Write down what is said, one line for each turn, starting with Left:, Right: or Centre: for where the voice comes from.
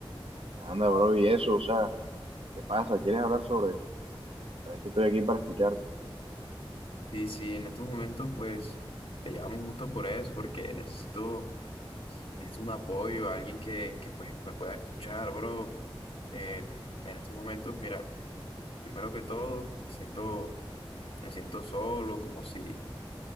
Right: Anda, bro, y eso, o sea, ¿qué pasa? ¿Quieres hablar sobre eso? Sabes que estoy aquí para escucharte.
Left: Y sí, en estos momentos pues te llamo justo por eso, porque necesito, necesito un apoyo, alguien que, que pues me pueda escuchar, bro. Eh, en estos momentos, mira, primero que todo, me siento, me siento solo, como si